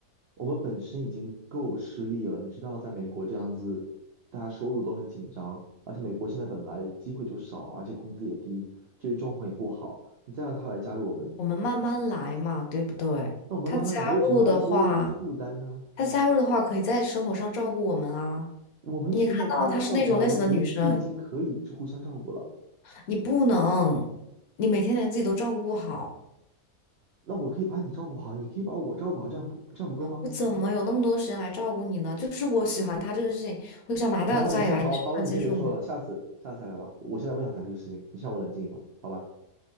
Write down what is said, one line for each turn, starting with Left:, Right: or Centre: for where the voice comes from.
Right: 我们本身已经够吃力了。你知道，在美国这样子，大家收入都很紧张，而且美国现在本来机会就少，而且工资也低，就业状况也不好。你再让他来加入我们，
Left: 我们慢慢来嘛，对不对？
Right: 那我们慢慢来，
Left: 他加入的话，
Right: 为什么还要多一个负担呢？
Left: 他加入的话，可以在生活上照顾我们啊。
Right: 我们需要他照顾吗？
Left: 你也看到她是那种类型的女生，
Right: 我们彼此已经可以互相照顾了。
Left: 你不能，你每天连自己都照顾不好，
Right: 那我可以把你照顾好，你可以把我照顾好，这样不这样不够吗？
Left: 我怎么有那么多时间来照顾你呢？就是我喜欢她这个事情，我想把她带到家里来，
Right: 好了，你先好了好了，
Left: 你是不能接受吗？
Right: 你先别说了，下次下次再聊吧。我现在不想谈这个事情，你先让我冷静一会儿，好吧？